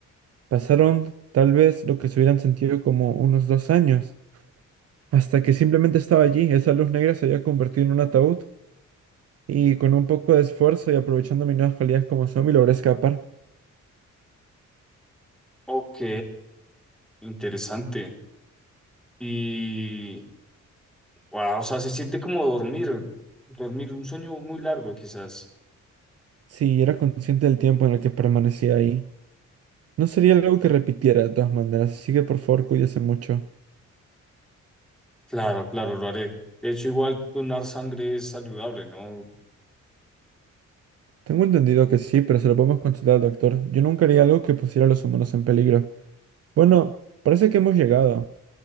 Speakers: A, on the right (about 50°); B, in the centre.
A: Pasaron tal vez lo que se hubieran sentido como unos dos años. hasta que simplemente estaba allí. Esa luz negra se había convertido en un ataúd y con un poco de esfuerzo y aprovechando mis nuevas cualidades como zombie logré escapar.
B: Ok, interesante. Y Wow, o sea, se siente como dormir, dormir un sueño muy largo, quizás.
A: Sí, era consciente del tiempo en el que permanecía ahí. No sería algo que repitiera de todas maneras, así que por favor cuídese mucho.
B: Claro, claro, lo haré. De hecho, igual donar sangre es saludable, ¿no?
A: Tengo entendido que sí, pero se lo podemos consultar al doctor. Yo nunca haría algo que pusiera a los humanos en peligro. Bueno, parece que hemos llegado.